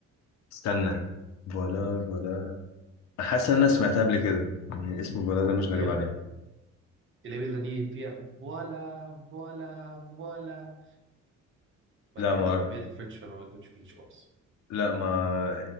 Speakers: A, on the left; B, on the right.
A: استنى فوالا فوالا حاسس ان انا سمعتها قبل كده يعني اسم البلد ده مش غريب
B: اللي هي ب-
A: عليا
B: اللي هي بتغني فيها فوالا فوالا فوالا بعد
A: لا
B: كده
A: ما
B: بيبقى بقيت فرنش فما بيكونش فرنش كويس
A: لا ما